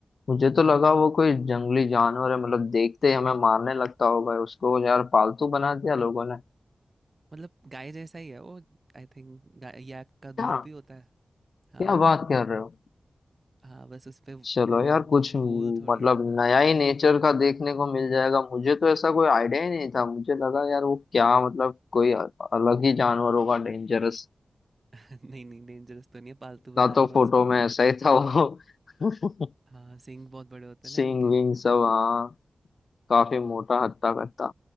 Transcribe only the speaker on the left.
मुझे तो लगा वो कोई जंगली जानवर है मतलब देखते ही हमें मारने लगता होगा उसको यार पालतू बना दिया लोगों ने
क्या
क्या
बात कर रहे हो
चलो यार कुछ
मतलब
नया
ही नेचर का देखने को मिल जाएगा मुझे तो ऐसा कोई आइडिया ही नहीं था मुझे लगा यार वो क्या मतलब कोई अ- अलग ही जानवर होगा डेंजरस
ना तो
फोटो
में ऐसा ही था वो <laughs>
सींग
विंग सब हाँ काफी
मोटा हत्ता कत्ता